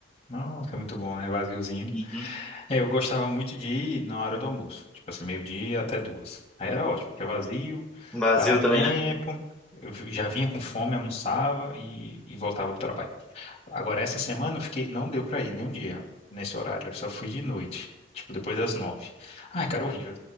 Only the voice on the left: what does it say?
Nossa, é muito bom, né? Vaziozinho.
É, eu gostava muito de ir na hora do almoço, tipo assim, meio-dia até duas. Aí era ótimo, porque é vazio,
dava
tempo,
eu vi- já vinha com fome, almoçava e, e voltava pro trabalho. Agora, essa semana eu fiquei, não deu pra ir nem um dia nesse horário, eu só fui de noite, tipo depois das nove. Ai, cara, horrível.